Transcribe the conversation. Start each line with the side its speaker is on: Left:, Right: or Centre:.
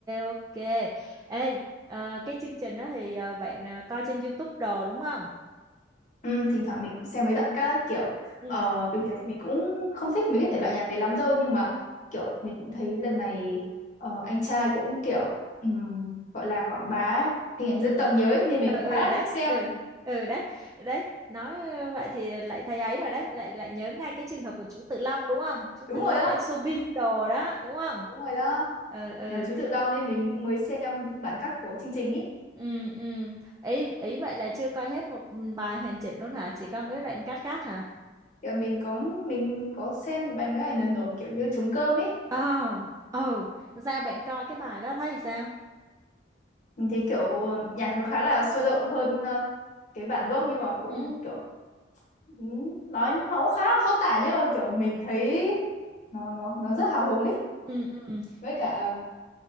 Right: ok. Ê, ờ, cái chương trình đó thì ờ, bạn ờ, coi trên YouTube đồ đúng không?
Left: ừ, thỉnh thoảng mình cũng xem mấy đoạn các kiểu
Right: ừ
Left: ờ, bình thường thì mình cũng không thích mấy cái thể loại nhạc đấy lắm đâu nhưng mà kiểu mình cũng thấy lần này ờ, anh trai cũng kiểu ừm, gọi là quảng bá hình ảnh
Right: ừ
Left: dân tộc nhiều ấy nên mình
Right: Ừ
Left: cũng
Right: ừ
Left: khá là
Right: đấy,
Left: thích xem
Right: ừ ừ đấy. Đấy, nói ờ, vậy thì lại thấy ấy rồi đấy, lại lại nhớ ngay cái trường hợp của chú Tự Long đúng không? Chú
Left: đúng
Right: Tự Long
Left: rồi đó
Right: anh Soobin đồ đó, đúng không?
Left: đúng rồi đó
Right: Ừ ừ.
Left: nhờ chú Tự Long nên mình cũng mới xem những bản cắt của chương trình ý
Right: Ừ ừ. Ý ý vậy là chưa coi hết một bài hoàn chỉnh luôn hả? Chỉ có mấy đoạn cắt cắt hả?
Left: kiểu mình có mình có xem bài mấy ảnh lần rồi kiểu như trống cơm ấy
Right: Ờ, ừ, ra bạn coi cái bài đó thấy sao?
Left: mình thấy kiểu nhạc nó khá là sôi động hơn ờ, cái bản gốc nhưng mà cũng
Right: ừ
Left: kiểu ừm, nói nó cũng khá là khó tả nhưng mà kiểu mình thấy nó nó nó rất hào hùng ấy
Right: Ừ, ừ.
Left: với cả